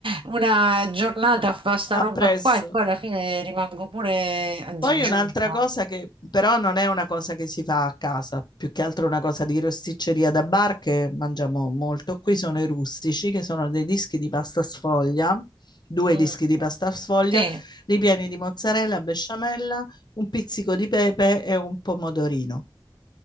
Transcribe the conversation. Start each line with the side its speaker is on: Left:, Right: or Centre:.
Right: una giornata a fare sta roba
Left: Appresso.
Right: qua e poi alla fine rimango pure a digiuno.
Left: Poi un'altra cosa che però non è una cosa che si fa a casa, più che altro una cosa di rosticceria da bar che mangiamo molto qui, sono i rustici, che sono dei dischi di pasta sfoglia, due
Right: Mm,
Left: dischi di pasta
Right: mm.
Left: sfoglia,
Right: Sì.
Left: ripieni di mozzarella, besciamella, un pizzico di pepe e un pomodorino.